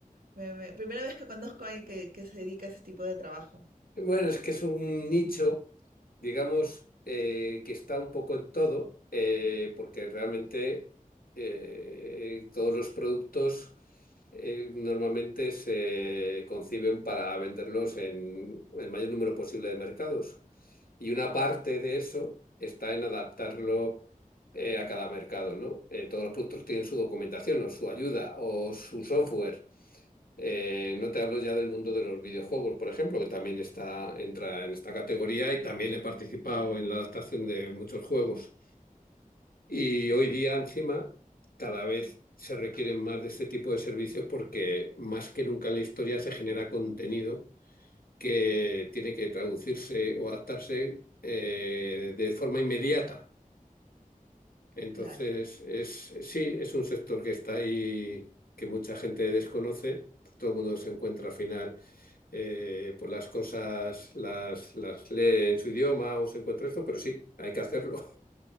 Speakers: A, on the right; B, on the left.
A: me- me- Primera vez que conozco a alguien que, que se dedica a ese tipo de trabajo,
B: Bueno,
A: de verdad.
B: es que es un nicho, digamos, eh, que está un poco en todo, eh, porque realmente eh, todos los productos eh, normalmente se conciben para venderlos en el mayor número posible de mercados. Y una parte de eso está en adaptarlo eh, a cada mercado, ¿no? Eh, todos los productos tienen su documentación o su ayuda o su software. Eh, no te hablo ya del mundo de los videojuegos, por ejemplo, que también está, entra en esta categoría y también he participado en la adaptación de muchos juegos. Y hoy día, encima, cada vez se requieren más de este tipo de servicios porque más que nunca en la historia se genera contenido que tiene que traducirse o adaptarse eh, de forma inmediata. Entonces,
A: Claro.
B: es, sí, es un sector que está ahí, que mucha gente desconoce. Todo el mundo se encuentra al final, eh, pues las cosas las, las lee en su idioma o se encuentra esto, pero sí, hay que hacerlo. <laughs>